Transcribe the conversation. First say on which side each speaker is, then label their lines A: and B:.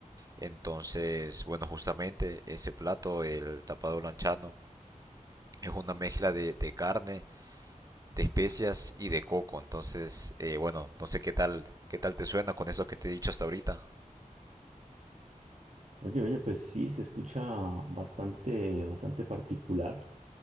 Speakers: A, on the right; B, on the right.
A: Entonces, bueno, justamente ese plato, el tapado lanchano, es una mezcla de, de carne, de especias y de coco. Entonces, eh, bueno, no sé qué tal, qué tal te suena con eso que te he dicho hasta ahorita.
B: Oye, oye, pues sí, se escucha bastante, bastante particular.